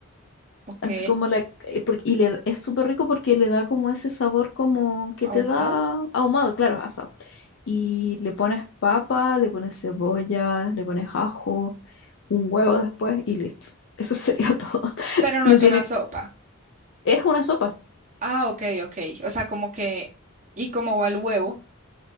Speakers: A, on the right; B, on the left.
A: Ok,
B: Así como la... eh, por- Y le, es súper rico porque le da como ese sabor como que
A: ahumado,
B: te da ahumado, claro, asado. Y le pones papa, le pones cebolla, le pones ajo, un huevo después y listo. Eso sería <laughs> todo.
A: pero no
B: No
A: es
B: tiene...
A: una sopa.
B: Es una sopa.
A: Ah, ok, ok. O sea, como que, ¿y cómo va el huevo?